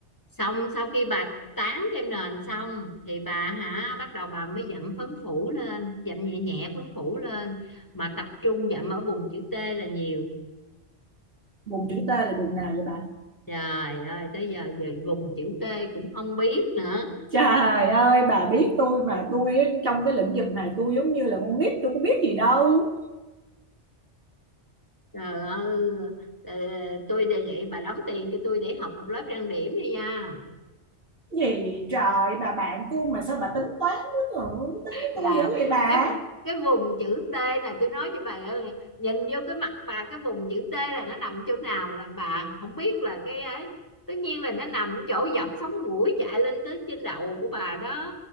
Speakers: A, on the left (about 15°); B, on the right (about 55°).
A: xong sau khi bà tán kem nền xong thì bà hả bắt đầu bà mới dặm phấn phủ lên dặm nhẹ nhẹ phấn phủ lên mà tập trung dặm ở vùng chữ T là nhiều
B: vùng chữ T là đường nào vậy bà
A: trời ơi tới giờ giờ vùng chữ T cũng không biết nữa
B: trời ơi bà biết tôi mà tôi trong cái lĩnh vực này tôi giống như là con nít tôi có biết gì đâu
A: trời ơi ờ, tôi đề nghị bà đóng tiền cho tôi để học một lớp trang điểm đi nha
B: gì trời bà bạn tôi mà sao bà tính toán quá trời tính với
A: là
B: tôi dữ vậy bà
A: cái cái vùng chữ T này tôi nói cho bà là nhìn vô cái mặt bà cái vùng chữ T là nó nằm chỗ nào là bà không biết là cái ấy tất nhiên là nó nằm chỗ dọc sống mũi chạy lên tới trên đầu của bà đó